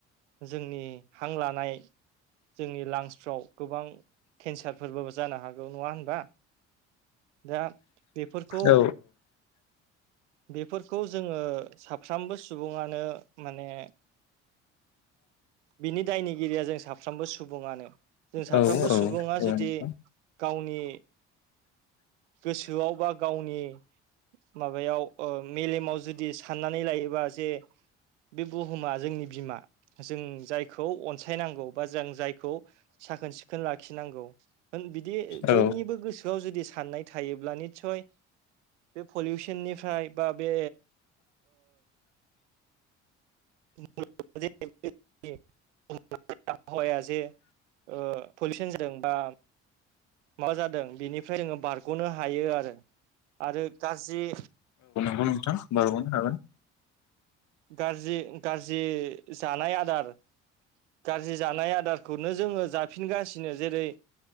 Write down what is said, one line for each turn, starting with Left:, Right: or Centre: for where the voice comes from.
Right: जोंनि हां लानाय जोंनि लांसफ्राव गोबां केन्सारफोरबाबो जानो हागौ नङा होनबा दा बेफोरखौ
Left: औ
Right: बेफोरखौ जोङो साफ्रोमबो सुबुङानो माने बिनि दायनिगिरिया जों साफ्रोमबो सुबुङानो जों साफ्रोमबो
Left: औ
Right: सुबुङा
Left: औ नोंथां
Right: जुदि गावनि गोसोआव बा गावनि माबायाव मेलेमाव जुदि साननानै लायोबा जे बे बुहुमा जोंनि बिमा जों जायखौ अनसायनांगौ बा जों जायखौ साखोन सिखोन लाखिनांगौ बिदि
Left: औ
Right: बयनिबो गोसोआव जुदि साननाय थायोब्ला निस्सय बे पलिउसननिफ्राय बा बे <unintelligible> आबहावाया जे पलिउसन जादों बा माबा जादों बेनिफ्राय जोङो बारग'नो हायो आरो आरो गाज्रि
Left: बग' नोंथां बारगावनो हागोन
Right: गाज्रि गाज्रि जानाय आदार गाज्रि जानाय आदारखौनो जोङो जाफिनगासिनो जेरै